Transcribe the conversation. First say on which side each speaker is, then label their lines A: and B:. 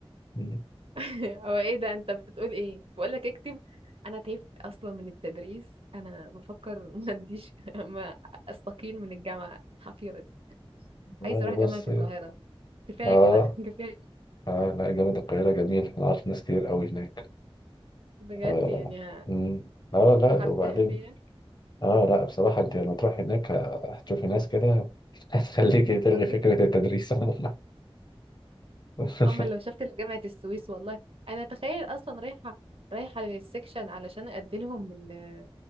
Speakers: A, on the left (about 45°); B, on the right (about 65°).
A: مم.
B: <laughs> هو ايه ده انت بتقول ايه بقول لك اكتب انا تعبت اصلا من التدريس انا بفكر ما اديش <laughs> ما استقيل من الجامعه الحقيره دي
A: والله
B: عايز اروح
A: بص
B: جامعه القاهره كفايه
A: اه
B: كده <laughs> كفايه
A: اه لا جامعة القاهرة جميل انا عارف ناس كتير قوي هناك
B: بجد
A: اه
B: يعني ه-
A: مم. اه لا
B: هرتاح
A: وبعدين
B: فيها
A: اه لا بصراحة انت لما تروح هناك آه، هتشوفي ناس كده هتخليكي تلغي
B: وظيفه
A: فكرة التدريس عموما <laughs>
B: اما لو شفت جامعه السويس والله انا تخيل اصلا رايحه رايحه للسكشن علشان ادي لهم ال-